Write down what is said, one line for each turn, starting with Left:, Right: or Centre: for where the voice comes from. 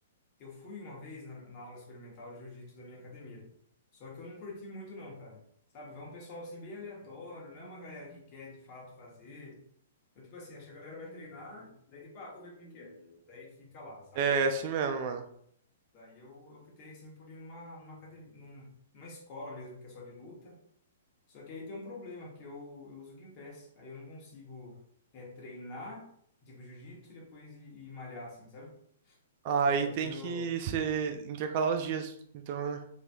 Left: Eu fui uma vez na, na aula experimental de jiu-jitsu da minha academia. Só que eu não curti muito, não, cara. Sabe? Vai um pessoal assim, bem aleatório, não é uma galera que quer de fato fazer. Então, tipo assim, acho que a galera vai treinar, daí, tipo, ah, vou ver como que é. Daí fica lá, sabe?
Right: É assim mesmo, mano.
Left: Daí eu, eu optei, assim, por ir numa, numa academia, num- numa escola mesmo, que é só de luta. Só que aí tem um problema, que eu, eu uso o Gympass. Aí eu não consigo é, treinar, tipo, jiu-jitsu e depois ir, ir malhar, assim, sabe?
Right: Aí
Left: Porque eu
Right: tem
Left: tenho...
Right: que ser intercalar os dias, então, né?